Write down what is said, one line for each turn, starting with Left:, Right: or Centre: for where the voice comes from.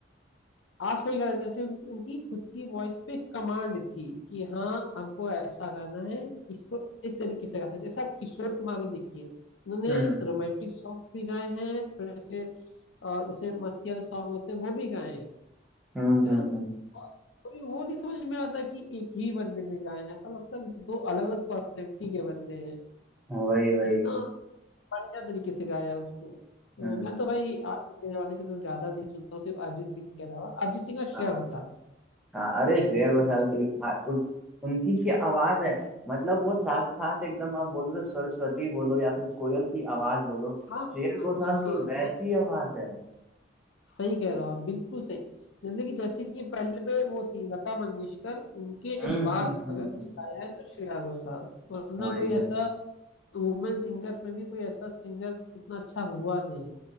Left: आप सही कह रहे हो जैसे उन, उनकी खुद की वॉइस पे कमांड थी कि हाँ हमको ऐसा गाना है इसको इस तरीके से गा सकते हैं। जैसे आप किशोर कुमार को देखिए उन्होंने
Centre: हम्म
Left: रोमांटिक सॉन्ग भी गाए हैं थोड़े से अ, जैसे मस्ती वाले सॉन्ग होते हैं वो भी गाए हैं
Centre: हम्म
Left: है
Centre: हम्म
Left: ना और कोई वो नहीं समझ में आता कि एक ही बंदे ने गाए हैं। ऐसा लगता है दो अलग अलग पर्सनैलिटी के बंदे हैं
Centre: हम्म, वही वही
Left: इतना बढ़िया तरीके से गाया है उसको तो
Centre: हम्म
Left: मैं तो भाई आज के जमाने के तो ज्यादा नहीं सुनता हूँ सिर्फ अरिजीत सिंह के अलावा अरिजीत सिंह और श्रेया
Centre: हाँ
Left: घोषाल
Centre: हाँ अरे श्रेया घोषाल
Left: ये-
Centre: की भा- उस, उनकी क्या आवाज है मतलब वो साथ साथ एकदम आप बोलो तो सरस्वती बोलो या फिर कोयल की आवाज बोलो
Left: हाँ
Centre: श्रेया घोषाल
Left: हाँ हाँ हाँ,
Centre: की वैसी
Left: सही
Centre: आवाज है
Left: सही कह रहे हो आप बिल्कुल सही लेकिन जैसे कि पहले पे वो थी लता मंगेशकर उनके
Centre: हम्म
Left: बाद
Centre: हम्म
Left: अगर गाया
Centre: हम्म,
Left: है तो श्रेया घोषाल वरना
Centre: वही
Left: कोई
Centre: वही
Left: ऐसा वुमेन सिंगर्स में भी कोई ऐसा सिंगर उतना अच्छा हुआ नहीं है।